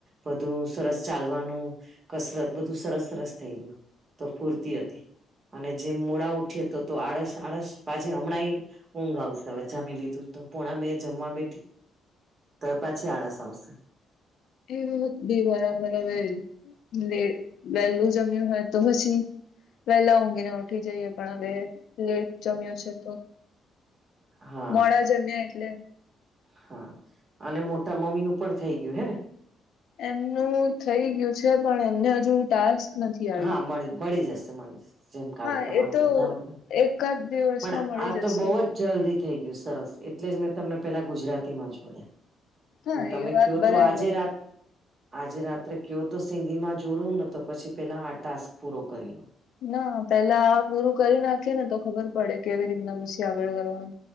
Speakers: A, on the right; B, on the left.
A: બધું સરસ, ચાલવાનું, કસરત બધું સરસ સરસ થઈ ગયું. તો ફૂરતી હતી, અને જેમ મોડા ઉઠીએ તો, તો આળસ આળસ પાછી હમણાં. ઊંઘ આવશે, હવે જામી લીધું, તો પોણા બે જમવા બેઠી. તો પાછી આળસ આવશે.
B: એ વાત બે બરાબર. હવે લ વહેલું જમ્યું હોય તો પછી વહેલા ઊંઘીને ઉઠી જઈએ, પણ હવે લેટ જમ્યો છે તો.
A: હા
B: મોડા જમ્યા એટલે.
A: હા અને મોટા મમ્મી નું પણ થઇ ગયું હે ને
B: એમનું થઇ ગયું છે પણ એમને હજુ ટાસ્ક નથી આવ્યું
A: હા મળી મળી જશે મળી જશે જેમ કાલે
B: હા
A: તમારું
B: એ તો
A: બધાનું
B: એકાદ દિવસમાં
A: પણ
B: મળી
A: આ
B: જશે
A: તો બહું અ જ જલ્દી થઈ ગયું સરસ એટલે જ મેં તમને પેલા ગુજરાતી માં જોડયા
B: હા
A: હ તમે
B: એ વાત
A: કયો
B: બરાબર
A: તો આજે રાત આજે રાત્રે કયો તો સિંધી માં જોડવું ને તો પછી પેલા આ ટાસ્ક પૂરો કરી લઉ
B: ના પેલા આ પૂરું કરી નાખીએ ને તો ખબર પડે કેવી રીતના મુશએ આગળ કરવાનું